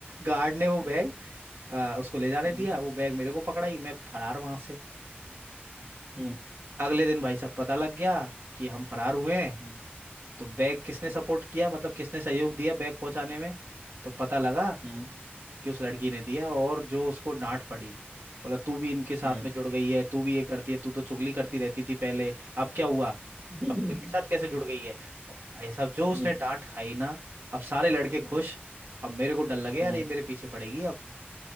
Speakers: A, on the right; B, on the right.
A: गार्ड ने वो बैग आ, उसको ले जाने
B: हम्म,
A: दिया वो बैग मेरे को पकड़ाई मैं फरार वहां से
B: हम्म,
A: अगले दिन भाई साहब पता लग गया कि हम फरार हुए हैं
B: हम्म
A: तो बैग किसने सपोर्ट किया मतलब किसने सहयोग दिया बैग पहुंचाने में तो पता लगा
B: हम्म
A: कि उस लड़की ने दिया और जो उसको डांट पड़ी बोला तू भी इनके साथ
B: हम्म
A: में जुड़ गई है तू भी ये करती है तू तो चुगली करती रहती थी पहले अब क्या हुआ
B: हम्म
A: अब तू इनके साथ कैसे जुड़ गई है और भाई साहब जो उसने
B: हम्म
A: डांट खाई ना अब सारे लड़के
B: हम्म
A: खुश अब मेरे को डर लगे यार
B: हम्म
A: ये मेरे पीछे पड़ेगी अब